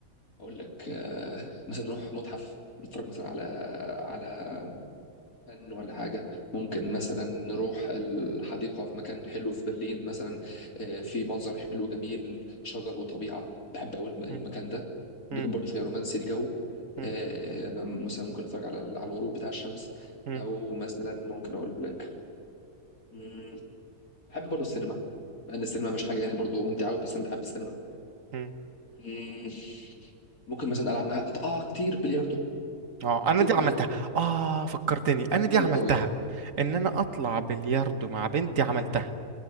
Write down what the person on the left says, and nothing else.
اقول لك آه مثلا نروح متحف نتفرج مثلا على على فن ولا حاجة ممكن مثلا نروح الحديقة في مكان حلو في برلين مثلا آه، في منظر حلو جميل شجر وطبيعة بحب أوي الم- المكان
ده
بيكون برضو شوية رومانسي الجو
آه، مثلا ممكن أتفرج على على الغروب بتاع الشمس
أو مثلا ممكن أقول لك مم، بحب برضو السينما مع إن السينما مش حاجة يعني برضو ممتعة أوي بس أنا بحب السينما
مم، ممكن مثلا ألعب معاها آه كتير بلياردو
كتير
بلياردو
كتير
أوي